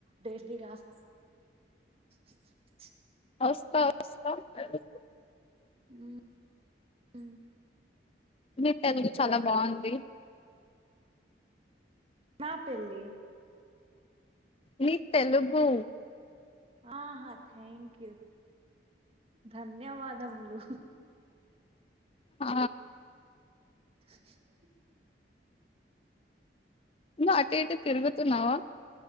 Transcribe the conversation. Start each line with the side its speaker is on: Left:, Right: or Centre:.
Right: డైలీ రాస్ స్చ్
Left: వస్తా వస్త ఉంటది
Right: ఊ ఉం
Left: మీ తెల్గు చాలా బాగుంది
Right: నాపెళ్లి
Left: నీ తెలుగు
Right: ఆహా థ్యాంక్ యూ ధన్యవాదములు
Left: ఆ
Right: - <inaudible>
Left: అటు ఇటు తిరుగుతున్నావా